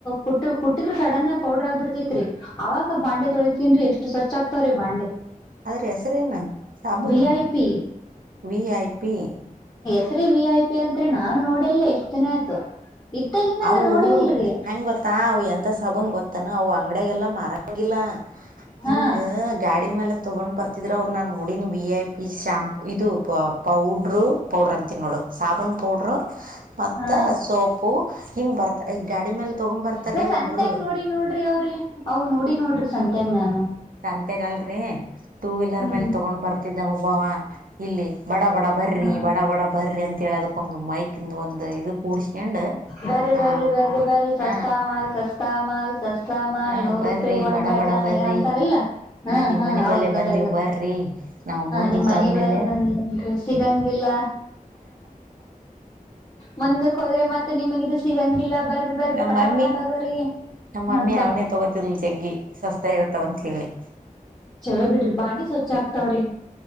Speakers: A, on the left (about 25°); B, on the right (about 70°).
A: ಕುಟ್ಟ ಕುಟ್ಟಿದ್ರ ಸಡನ್ ಪೌಡರ್ ಆಗಿ ಬಿಡ್ತೈತ್ರಿ. ಅವಾಗ ಬಾಂಡೆ ತೊಳಿತೀನ್ ಎಷ್ಟು ಸ್ವಚ ಆಗ್ತವ್ರೀ ಬಾಂಡೆ.
B: ಆದದ್ರೆ ಹೆಸರೇನು ಸಾಬೂನು
A: ವಿ I P
B: V I P.
A: <unintelligible> V I P ಅಂತ ರಿ ನಾನು ನೋಡಿಲ್ಲ ಎಷ್ಟ್ ದಿನ ಆಯ್ತು. ಇದ್ದಾಗಿಂದ
B: ಅವು
A: ನಾ ನೋಡೇ ಇಲ್ರಿ
B: ಹೆಂಗ್ ಗೊತ್ತ ಅ ಎಂತ ಸಬನ್ ಗೊತ್ತಾನ ಅವು ಅಂಗ್ಡಾಗಲ್ಲ ಮರಂಗಿಲ್ಲ.
A: ಹಾ
B: ಹಿಂಗ ಗಾಡಿ ಮೇಲ. ತೊಗೊಂಡ್ ಬರ್ತಿದರ ಅವರು ನಾನ್ ನೋಡಿ ವಿ ಐ ಪಿ ಶಾಂಪು ಇದು ಪೌಡ್ರು ಪೌಡ್ರ ಅಂತಿ ನೋಡು. ಸಾಬನ್ ಪೌಡ್ರು ಮತ್ತ
A: ಹಾ
B: ಸೋಪು. ಹಿಂಗ್ ಬರ್ತ ಈ ಗಾಡಿ ಮೇಲೆ ತಗೊ ಬರ್ತಾರೀ
A: ನಾ ಸಂತ್ಯಾಗ
B: ಒಬ್ರು.
A: ನೋಡಿ ನೋಡ್ರಿ ಅವ್ರಿ ಅವ್ ನೋಡಿ ನೋಡ್ರಿ ಸಂತ್ಯಾಗ ನಾನು
B: ಅಂತಗಲ್ರರಿ ಟೂ ವೀಲರ್
A: ಹ್ಮ್
B: ಮೇಲೆ ತಗೊಂಡ್ ಬರ್ತಿದ್ದಾವ ಒಬ್ಬವ. ಇಲ್ಲಿ ಬಡ ಬಡ ಬರ್ರಿ
A: ಹ
B: ಬಡ ಬಡ ಬರ್ರಿ ಅಂತ ಹೇಳದಕ್ಕೊಂದು ಮೈಕ್ ಇಂದು ಒಂದು ಇದು. ಕೂಡ್ಸ್ಕೊಂಡ್
A: ಬರರಿ
B: ಆ
A: ಬರರಿ ಬನರಿ ಬರರಿ ಸಸ್ತಾ
B: ಹ
A: ಮಾಲ್ ಸಸ್ತಾ ಮಾಲ್. ಸಸ್ತಾ ಮಾಲ್
B: ಹ
A: ನೂರು
B: ಬರ್ರಿ
A: ರೂಪಾಯಿಗ್ ಒಂದ್
B: ಬಡ
A: ಡಜನ್
B: ಬಡ ಬರ್ರಿ
A: ಏನ್ ಅಂತಾರಲ್ಲ. ಹ್ಮ್ಮ್
B: ಹ ನಿಮ್
A: ಹ್ಮ್ಮ್
B: ಮನಿ
A: ಹೌದ್
B: ಬಲ್ಲೆ
A: ಹೊತದಂಗ
B: ಬಂದಿವ್ ಬರ್ರಿ ನಾವ್ ಮುಂದಕ್
A: ನಿಮ್ ಮನೆ
B: ಆದ್ಮೇಲೆ
A: ಬೆಲ್ಲವಂದ ಸಿಗಂಗಿಲ್ಲ. ಮುಂದಕ್ಕೆ ಹೋದ್ರೆ ಮತ್ತೆ ನಿಮಗ ಇ ಸಿಗಂಗಿಲ್ಲ. ಬರಿ ಬರಿ
B: ನಮ್ಮ
A: ಪಟಪಟ
B: ಮಮ್ಮಿ
A: ತಗೋರಿ.
B: ನಮ್ಮ ಮಮ್ಮಿ
A: ಅಂತಾರ
B: ಅವನಾ ತಗೋತಿದಿಲ್ ಜಗ್ಗಿ ಸಸ್ತ ಇರ್ತಾವಂತ ಹೇಳಿ.
A: ಚಲೋ ಬಿಡ್ರಿ ಬಾಂಡೆ ಸ್ವಚ್ಛ ಆಗ್ತಾವ್ರಿ